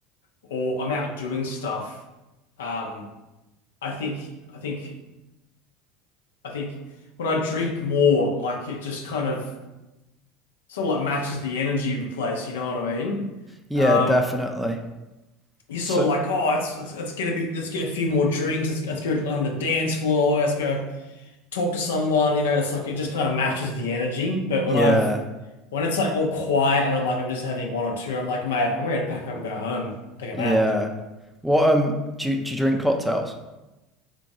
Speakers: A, on the left (about 80°); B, in the centre.
A: or I'm out doing stuff, um, I think I think I think when I drink more, like it just kind of sort of like matches the energy of the place. You know what I mean?
B: Yeah,
A: Um,
B: definitely.
A: you sort
B: So
A: of like, oh, let's let's, let's get a bit, let's get a few more drinks. Let's, let's go on the dance floor. Let's go. talk to someone, you know, it's like it just kind of matches the energy. But
B: yeah,
A: when I've when it's like all quiet and I'm like I'm just having one or two, I'm like, mate, I'm ready to pack up and go home, take a
B: yeah.
A: nap.
B: What um, do you, do you drink cocktails?